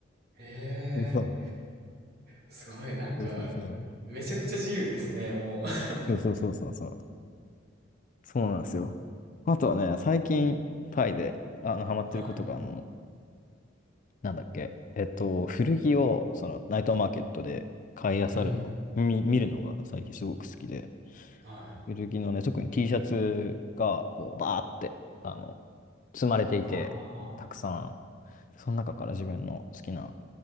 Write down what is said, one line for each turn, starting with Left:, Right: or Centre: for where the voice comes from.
Right: へえ。
Left: <laughs> そ
Right: すごい、なんか、
Left: うそうそうそう。
Right: めちゃくちゃ自由ですね、もう。<laughs>
Left: そうそうそうそうそう。そうなんですよ。あとはね、最近、タイで、あの、ハマってることが、
Right: はい。
Left: あの、なんだっけ、えっと、古着を、その、ナイトマーケットで買い漁るの、
Right: うん。
Left: 見、見るのが最近すごく好きで、
Right: はい。
Left: 古着のね、特に T シャツが、こう、バーって、あの、積まれていて、
Right: あ
Left: たくさん、その中から自分の好きな